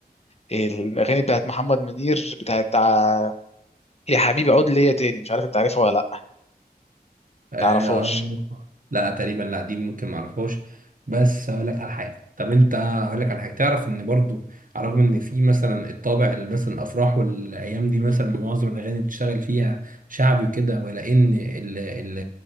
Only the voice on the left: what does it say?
الاغاني بتاعت محمد منير بتاعت ع- يا حبيبي عود ليا تاني مش عارف انت عارفها ولا لا
تعرفهاش